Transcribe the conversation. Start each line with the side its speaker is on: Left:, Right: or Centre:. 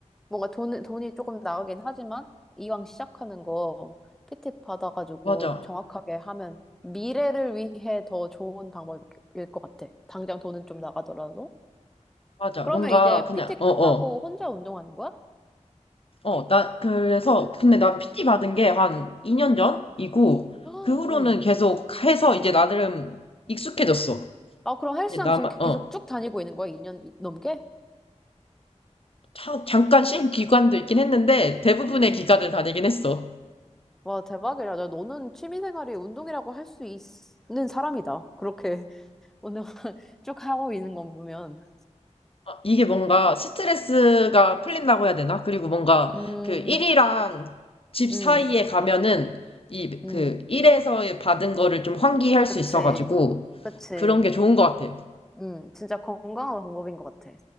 Centre: 뭔가 돈, 돈이 조금 나가긴 하지만 이왕 시작하는 거 PT 받아가지고
Left: 맞아,
Centre: 정확하게 하면 미래를 위해 더 좋은 방법일 것 같아. 당장 돈은 좀 나가더라도.
Left: 맞아.
Centre: 그러면
Left: 뭔가
Centre: 이제
Left: 그냥
Centre: PT 끝나고
Left: 어, 어,
Centre: 혼자 운동하는 거야?
Left: 어, 나 그래서 근데 나 PT 받은 게 한 2년 전이고
Centre: 헉,
Left: 그 후로는
Centre: 어.
Left: 계속 해서 이제 나름 익숙해졌어.
Centre: 아, 그럼 헬스장
Left: 이제 나만
Centre: 지금 계속
Left: 어,
Centre: 쭉 다니고 있는 거야? 2년 넘게?
Left: 자- 잠깐 쉰 기간도 있긴 했는데 대부분의
Centre: 응,
Left: 기간을
Centre: 응.
Left: 다니긴 했어.
Centre: 와, 대박이다. 야, 너는 취미생활이 운동이라고 할 수 있는 사람이다. 그렇게 <laughs> 운동을 쭉 하고 있는 건 보면.
Left: 어, 이게 뭔가 스트레스가 풀린다고 해야 되나? 그리고 뭔가
Centre: 음,
Left: 그 일이랑 집
Centre: 음,
Left: 사이에 가면은 이
Centre: 음.
Left: 그 일에서 받은 거를 좀 환기할 수
Centre: 그치.
Left: 있어가지고
Centre: 그치.
Left: 그런 게 좋은 것 같아.
Centre: 음, 진짜 건강한 방법인 것 같아.